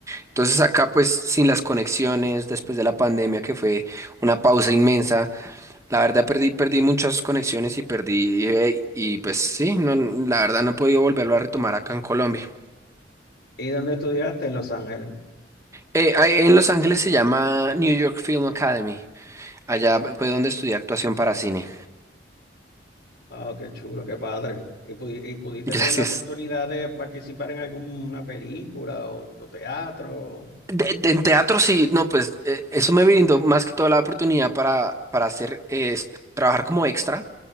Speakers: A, on the right; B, on the left.
A: entonces acá pues sin las conexiones, después de la pandemia que fue una pausa inmensa, la verdad perdí, perdí muchas conexiones y perdí, eh, y, pues sí, no, la verdad no he podido volverlo a retomar acá en Colombia.
B: ¿Y dónde estudiaste? En Los Ángeles.
A: Eh, ahí en Los Ángeles se llama New York Film Academy, allá fue donde estudié actuación para cine.
B: Ah, qué chulo, qué padre. ¿Y, pudi- y pudiste
A: <laughs> Gracias.
B: tener la oportunidad de participar en alguna película o, o teatro?
A: De- de- en teatro sí, no, pues eh, eso me brindó más que toda la oportunidad para, para hacer, eh, es- trabajar como extra.